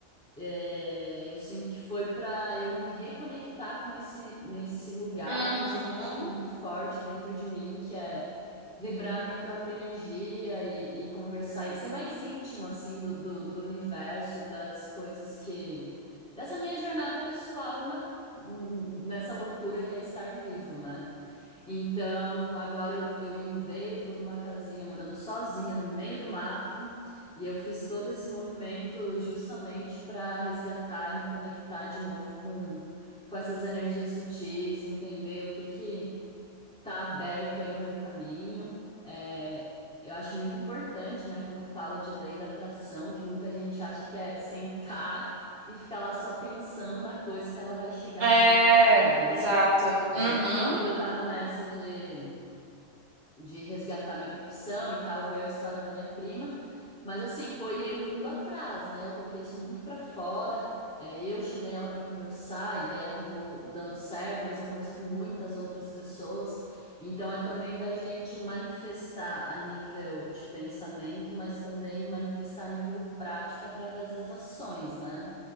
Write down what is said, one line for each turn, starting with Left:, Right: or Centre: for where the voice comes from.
Centre: É, eu sinto que foi para eu me reconectar com esse nesse lugar
Right: Uhum.
Centre: que eu sempre tive muito forte dentro de mim, que é vibrar minha própria energia e, e conversar e ser mais íntima assim do, do, do universo e das coisas que dessa minha jornada pessoal, né? Nessa loucura que é estar vivo, né? Então, agora eu, eu me mudei, eu tô numa casinha morando sozinha no meio do mato, e eu fiz todo esse movimento justamente para resgatar e me conectar de novo com, com essas energias sutis, e entender o que que tá aberto aí no meu caminho. É, eu acho muito importante, né, quando fala de lei da atração, que muita gente acha que é sentar e ficar lá só pensando na coisa que ela vai chegar
Right: É,
Centre: do nada, né?
Right: exato.
Centre: É,
Right: Uhum.
Centre: tipo, quando eu tava nessa de de resgatar minha profissão e tal, veio a história da minha prima. Mas assim, foi eu indo atrás, né? Eu coloquei isso muito pra fora. é, eu chamei ela pra conversar e daí acabou dando certo, mas eu conversei com muitas outras pessoas. Então é também da gente manifestar a nível de pensamento, mas também manifestar a nível prático através das ações, né?